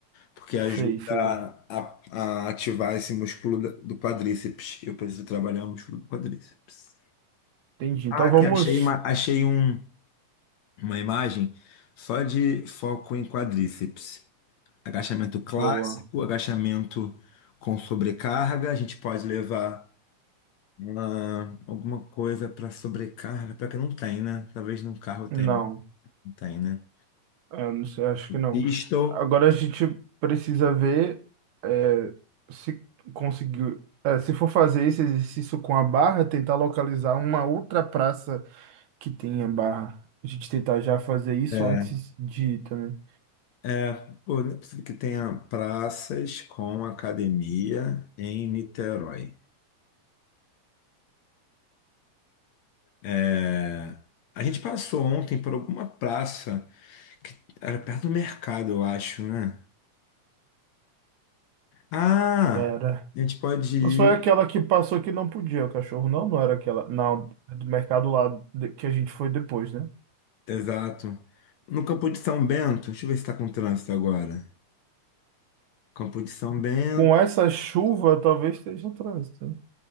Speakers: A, on the left; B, on the right.
A: porque ajuda
B: sei, sei.
A: a, a ativar esse músculo da- do quadríceps. Eu preciso trabalhar o músculo do quadríceps.
B: Entendi.
A: Ah,
B: Então vamos.
A: que achei uma, achei um, uma imagem só de foco em quadríceps. Agachamento clássico,
B: Boa.
A: agachamento com sobrecarga. A gente pode levar uma- alguma coisa para sobrecarga, pior que não tem, né? Talvez no carro tenha,
B: Não.
A: não tem, né?
B: Eu não sei, acho que não.
A: Pistol.
B: Agora a gente precisa ver é, se conseguiu. é, se for fazer esse exercício com a barra, tentar localizar uma outra praça que tenha barra. A gente tentar já fazer isso
A: é,
B: antes de ir também.
A: É, pô, não é possível que tenha praças com academia em Niterói. É, a gente passou ontem por alguma praça que era perto do mercado, eu acho, né? Ah,
B: Era.
A: a gente pode ir,
B: Mas foi aquela que passou que não podia, o cachorro não, não era aquela. Não, do mercado lá de- que a gente foi depois, né?
A: exato, no Campo de São Bento. Deixa eu ver se está com trânsito agora. Campo de São Bento.
B: Com essa chuva, talvez esteja no trânsito.